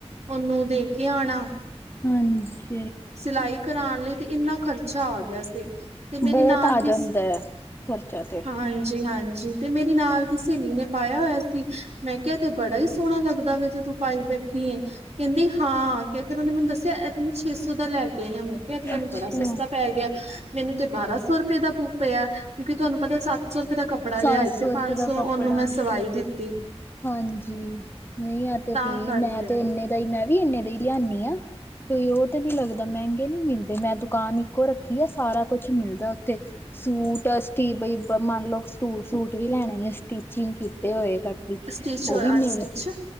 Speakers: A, on the right; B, on the left.
A: ਉਨੂੰ ਦੇ ਕੇ ਆਨਾਂ
B: ਹਾਂਜੀ।
A: ਸਿਲਾਈ ਕਰਾਉਣ ਲਈ ਤੇ ਇੰਨਾ ਖ਼ਰਚਾ ਆ ਗਿਆ ਸੀ, ਤੇ ਮੇਰੇ
B: ਬਹੁਤ
A: ਨਾਲ
B: ਆ
A: ਵੀ
B: ਜਾਂਦਾ ਹੈ ਖਰਚਾ ਤੇ
A: ਹਾਂਜੀ, ਹਾਂਜੀ। ਤੇ ਮੇਰੀ ਨਾਲ ਦੀ ਸਹੇਲੀ ਨੇ ਪਾਇਆ ਹੋਇਆ ਸੀ, ਮੈਂ ਕਿਹਾ ਤੇ ਬੜਾ ਹੀ ਸੋਹਣਾ ਲੱਗਦਾ ਵੇ ਜੇ ਤੂੰ ਪਾਈ ਬੈਠੀ ਹੈਂ। ਕਹਿੰਦੀ ਹਾਂ ਫੇਰ ਤੇ ਓਨੇ ਮੈਨੂੰ ਦੱਸਿਆ, ਇਹ ਤੇ ਮੈਂ ਛੇ ਸੌ ਦਾ ਲੈ ਕੇ ਆਈ ਆਾਂ, ਮੈਂ ਕੇ ਆ ਏ ਤੇ ਤੈਨੂੰ
B: ਅੱਛਾ।
A: ਬੜਾ ਸਸਤਾ ਪੈ ਗੇਆ। ਮੈਨੂੰ ਤੇ ਬਾਰਾਂ ਸੌ ਰੁਪਏ ਦਾ ਪੂ ਪਿਆ, ਕਿਉਂਕਿ ਤੁਹਾਨੂੰ ਪਤਾ ਸੱਤ ਸੌ ਰੁਪਏ ਦਾ ਕੱ ਕੱਪੜਾ,
B: ਸੱਤ
A: ਲਿਆਈ ਤੇ ਪੰਜ
B: ਰੁਪਏ ਦਾ
A: -ਸੌ
B: ਕੱਪੜਾ
A: ਓਹਨੂੰ ਮੈਂ ਸਵਾਈ ਦਿੱਤੀ।
B: ਹਾਂਜੀ, ਨਈ ਆ ਤੇ
A: ਤਾਂ
B: ਠੀਕ,
A: ਕਰਕੇ
B: ਮੈਂ ਤੇ ਇੰਨੇ ਦਾ ਈ, ਮੈਂ ਵੀ ਇੰਨੇ ਦਾ ਲਿਆਣੀ ਆ। ਕੋਈ ਓਹ ਤੇ ਨੀ ਲੱਗਦਾ, ਮੈਂਗੇ ਨੀ ਮਿਲਦੇ, ਮੈਂ ਦੁਕਾਨ ਇੱਕੋ ਰੱਖੀ ਕੀ ਆ, ਸਾਰਾ ਕੁਛ ਮਿਲਦਾ ਓਥੇ ਸੂਟ ਕੀ ਬਈ ਮੰਨ ਲੋ ਸੂਟ -ਸੂਟ ਵੀ ਲੈਣੇ ਨੇ ਸਟਿਚਿੰਗ ਕੀਤੇ ਹੋਏ ਕ ਵਿੱਚ
A: ਸਟਿਚ
B: ਓਹ
A: ਔਰ
B: ਵੀ
A: ਅਨਸਟਿਚ
B: ਨੇ